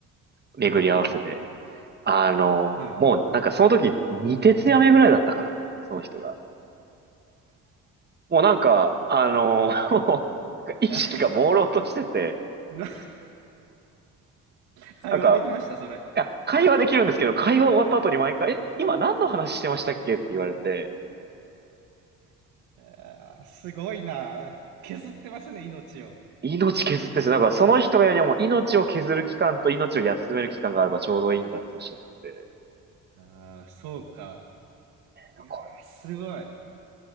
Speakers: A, on the right; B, on the right.
A: 巡り合わせで。
B: はいはい。
A: あの、
B: はい。
A: もう、なんかその時、2徹夜目ぐらいだったからその人が。もうなんか、あの、<laughs> もうなんか意識が朦朧としてて、
B: <laughs> な、会話できました、
A: なんか、
B: それ。
A: いや、会話できるんですけど、会話終わった後に毎回、
B: はい
A: え、今何の話してましたっけって言われて、
B: あーすごいな。削ってますね、命を。
A: 命削ってですなんその人が言うにはもう命を削る期間と命を休める期間があればちょうどいいんだっておっしゃってて、
B: ああ、そうか。いやー、
A: なんか
B: すごい。